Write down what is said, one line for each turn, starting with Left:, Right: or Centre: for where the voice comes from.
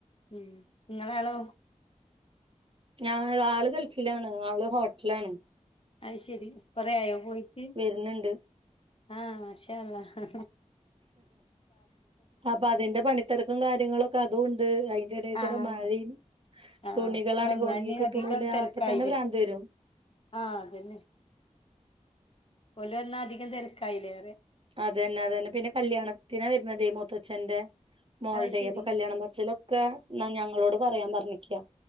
Left: ഉം ങ്ങളാളോ
Right: ഞാഹ് ആള് ഗൾഫിലാണ് ആള് ഹോട്ടലാണ്
Left: അയ്ശെരി കൊറെയായോ പോയിട്ട്
Right: വെര്ന്ന്ണ്ട്
Left: ആഹ് മാശാഅള്ളാഹ്
Right: അപ്പ അതിന്റെ പണിത്തെരക്കും കാര്യങ്ങളൊക്കെ അതും ഉണ്ട് അയ് ൻ്റെടേക്കൂടെ
Left: ആഹ്
Right: മഴിം
Left: ആഹ്
Right: തുണികളാണെങ്കി
Left: വന്നാ
Right: ഒണങ്ങി
Left: ഇനി
Right: കിട്ടുണൂല്ലാ
Left: അധികം തിരക്കായില്ലേ
Right: അപ്പൊ തന്നെ ഭ്രാന്തുവെരും
Left: ആഹ് അതെന്നെ ഓലുവന്നാ അതികം തെരക്കായില്ലേ
Right: അതന്നെ അതന്നെ പിന്നെ കല്ല്യാണത്തിനാ വരുന്നതേ മൂത്തച്ഛന്റെ മോൾടേയ്
Left: അത് ശരി
Right: അപ്പൊ കല്ല്യാണം പർ ച്ചിലൊക്കെന്നാ ഞങ്ങളോട് പറയാൻ പറഞ്ഞ്ക്ക്യാ